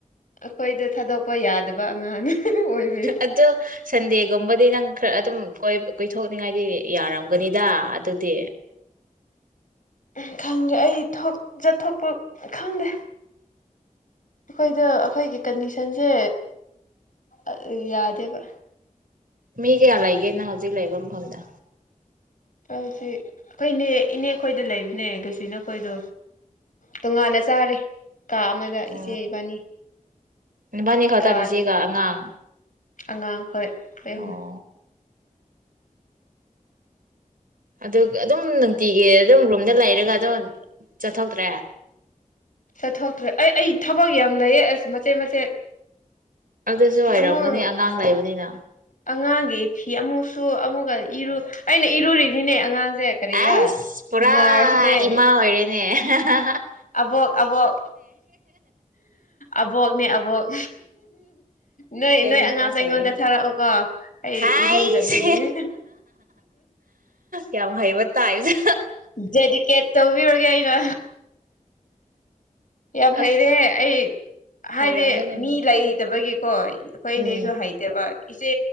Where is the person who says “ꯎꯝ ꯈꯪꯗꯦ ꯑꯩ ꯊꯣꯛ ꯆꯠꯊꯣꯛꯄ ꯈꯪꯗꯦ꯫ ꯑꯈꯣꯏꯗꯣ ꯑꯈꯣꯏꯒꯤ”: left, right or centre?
Left